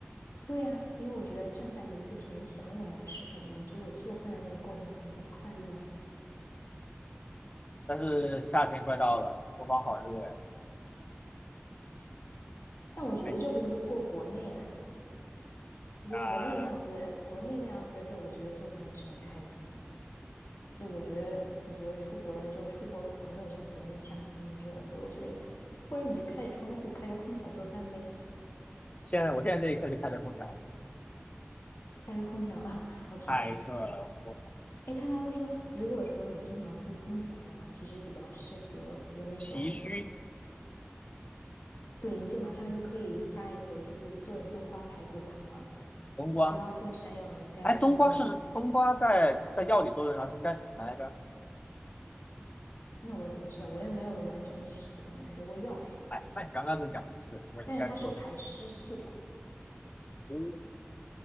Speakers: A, on the left (about 70°); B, on the left (about 30°).
A: 对呀，因为我觉得站在炉子前想我要吃什么，以及我做饭的那个过程很快乐啊
B: 但是夏天快到了，厨房好热呀！
A: 但我觉得这不都过国内啊，
B: 哎
A: 我觉得国内那样子，
B: 啊！
A: 国内那样子的热，我觉得做饭也是很开心。就我觉得，我觉得出国了之后，出国反而没有像国内夏天那么热了，所以我觉得也还行。或者你就开着窗户，开着空调做饭呗，
B: 现在我现在这一刻就开着空调，
A: 开着空调 <laughs>，OK。
B: 太饿了，我
A: 哎，但他们说，如果说你经常吹空调的话，其实比较适合喝那种，
B: 脾虚。
A: 对，你就马上就可以下一回就是炖冬瓜排骨汤了。
B: 冬瓜，
A: 你不要炖山药了，你应该炖冬瓜。
B: 哎，冬瓜是冬瓜在在药理作用上是干什么来着？
A: 那我怎么知道？我也没有完全系统的学过药学，
B: 哎，那你刚刚都讲的对，我应该做的。
A: 但是它是排湿气的。
B: 哦，